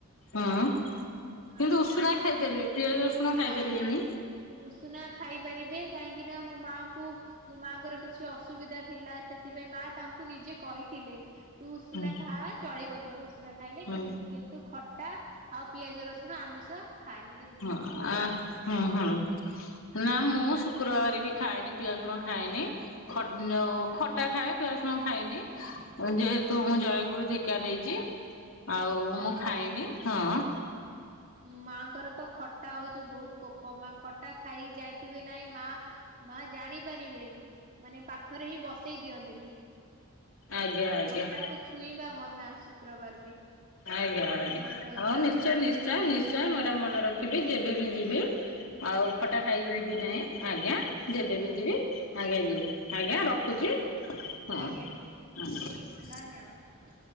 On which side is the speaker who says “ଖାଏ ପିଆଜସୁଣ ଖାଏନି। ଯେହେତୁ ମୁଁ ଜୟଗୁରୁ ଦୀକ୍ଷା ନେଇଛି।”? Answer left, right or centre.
Left